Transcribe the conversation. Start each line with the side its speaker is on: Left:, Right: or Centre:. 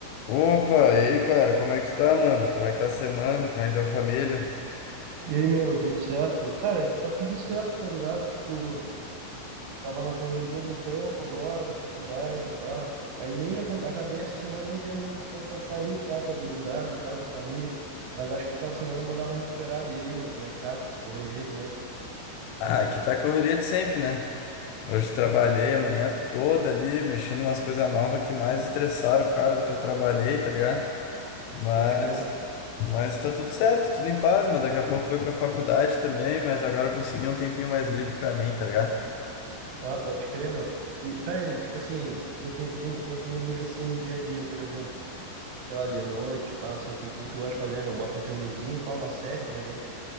Left: Opa, e aí, cara, como é que tu tá, mano? Como é que tá a semana? Como é que tá a família?
Right: E aí, meu, tudo certo? Cara, aqui tá tudo certo, tá ligado? Tipo, tava na correria do trampo agora, da faculdade, pá. Aí nem aca- acabei essa semana nem tendo muito tempo pra sair, tá? Com a gurizada e tal, com a família. Mas acho que final de semana eu vou dar uma recuperada. E aí, meu, como é que tá? Correria também?
Left: Ah, aqui tá a correria de sempre, né? Hoje trabalhei a manhã toda ali, mexendo umas coisas novas que mais estressaram o cara do que eu trabalhei, tá ligado? Mas,
Right: Pode crer.
Left: mas tá tudo certo, tudo em paz, mas daqui a pouco eu vou pra faculdade também, mas agora eu consegui um tempinho mais livre pra mim, tá ligado?
Right: Ah, pode crer, meu. E, tá, e, tipo assim, eu tenho tempinho, tempinho livre assim no dia a dia, por exemplo. Sei lá, de noite, pá, não sei o que, que tu gosta de fazer, meu? Bota um filmezinho, pá, uma série, como é que é?